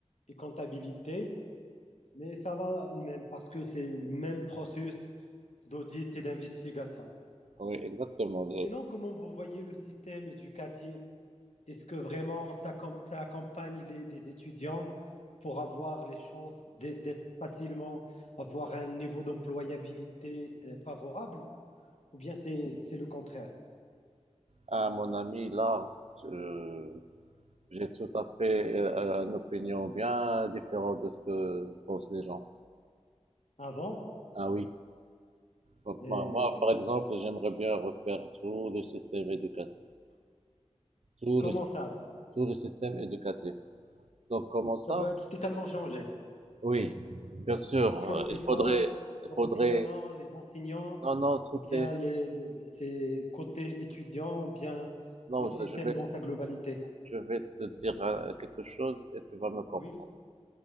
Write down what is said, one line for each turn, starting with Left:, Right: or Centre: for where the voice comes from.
Left: et comptabilité. mais ça va même parce que c'est le même processus d'audit et d'investigation.
Right: Oui, exactement.
Left: Sinon, comment vous voyez le système éducatif Est-ce que vraiment ça, ça accompagne les, les, étudiants pour avoir les chances d'être facilement, avoir un niveau d'employabilité euh, favorable Ou bien c'est c'est le contraire
Right: À mon ami là, je- j'ai tout à fait euh, une opinion bien différente de ce que pensent les gens.
Left: Avant,
Right: Ah oui. Donc
Left: et
Right: moi, moi, par exemple, j'aimerais bien refaire tout le système éducatif, tout
Left: comment
Right: le,
Left: ça alors
Right: tout le système éducatif. Donc comment ça?
Left: Ça doit être totalement changé.
Right: Oui, bien sûr.
Left: Faute
Right: euh,
Left: de
Right: il
Left: quoi
Right: faudrait, il
Left: l'enseignement,
Right: faudrait.
Left: les enseignants
Right: Non, non, tout
Left: ou bien
Right: est.
Left: les, les- ses côtés étudiants, ou bien
Right: Non,
Left: le système
Right: je, je vais
Left: dans sa globalité.
Right: Je vais te dire euh, quelque chose et tu vas me comprendre.
Left: Oui,